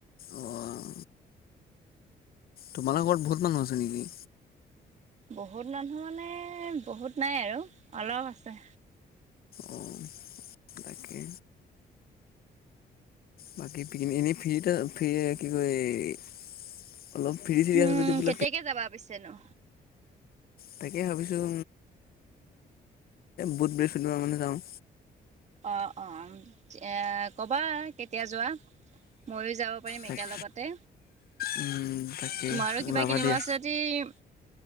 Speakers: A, on the left; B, on the right.
A: অ' তোমালোকৰ ঘৰত বহুত মানুহ আছে নেকি?
B: বহুত মানুহ মানে বহুত নাই আৰু অলপ আছে।
A: অ' তাকে। বাকী পিকিন এনেই ফি ফি কি কয়- <unintelligible> চিৰি
B: উম
A: আছে যদি বোলে
B: কেতিয়াকে যাবা পিছেনো?
A: তাকে ভাবিছোঁ বুধ বৃহস্পতিবাৰ মানে যাম।
B: অঁ অঁম এ কবা কেতিয়া যোৱা মইয়ো- <unintelligible> যাব পাৰিম
A: তাক
B: একেলগতে
A: উম তাকে
B: তোমাৰো
A: ওলাবা
B: কিবা কিনিব
A: দিয়া
B: আছে যদি-